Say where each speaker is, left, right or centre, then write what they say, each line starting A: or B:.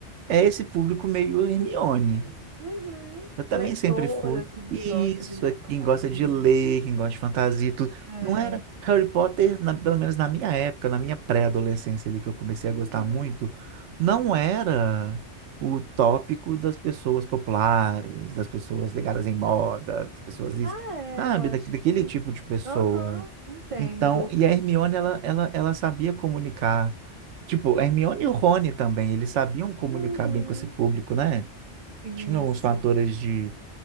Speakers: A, on the right; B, on the right.
A: É esse público meio Hermione.
B: Hum, Uhum.
A: Eu também
B: Leitora,
A: sempre fui.
B: assim,
A: Isso,
B: que gosta de ler
A: é quem
B: fantasia.
A: gosta de ler, quem gosta de fantasia, e tudo.
B: É.
A: Não era Harry Potter, na- pelo menos na minha época, na minha pré-adolescência ali, que eu comecei a
B: Uhum.
A: gostar muito, não era o tópico das pessoas populares, das pessoas ligadas em moda, das pessoas isso,
B: Ah, é,
A: sabe,
B: eu acho
A: daque- daquele
B: que.
A: tipo de pessoa.
B: Aham, entendo.
A: Então, e a Hermione, ela, ela, ela sabia comunicar. Tipo, a Hermione e o Rony também, eles sabiam comunicar
B: Uhum.
A: bem com esse público, né?
B: Isso.
A: Tinham uns fatores de,